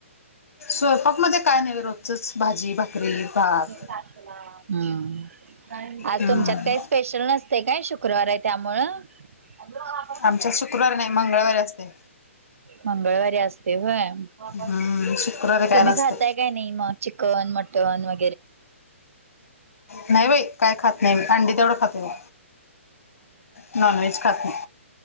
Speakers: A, on the left (about 80°); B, on the right (about 75°).
A: स्वयंपाक मध्ये काय न रोजचच भाजी भाकरी भात
B: हम्म आज
A: हम्म
B: तुमच्यात काही स्पेशल नसते काय शुक्रवार आहे त्यामुळं आ
A: आमच्या शुक्रवार नाही मंगळवारी असते
B: मंगळवारी असते हो
A: हम्म शुक्रवारी काय
B: तुम्ही
A: नसते.
B: खाताय काय नाही मग चिकन मटनग
A: नाही बाई काय खात नाही मी अंडी तेवढं खाते म नॉन वहेज खात नाही